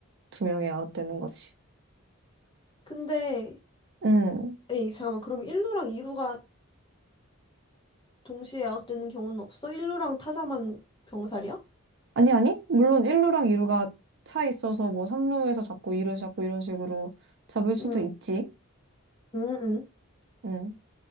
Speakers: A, on the right (about 55°); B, on the left (about 25°).
A: 두 명이 아웃 되는 거지.
B: 근데
A: 음.
B: 에이 잠깐만 그럼 1루랑 2루가 동시에 아웃되는 경우는 없어? 1루랑 타자만 병살이야?
A: 아니, 아니. 물론 1루랑 2루가 차 있어서 뭐 3루에서 잡고 2루 잡고 이런 식으로 잡을 수도
B: 응.
A: 있지.
B: 응. 응.
A: 음.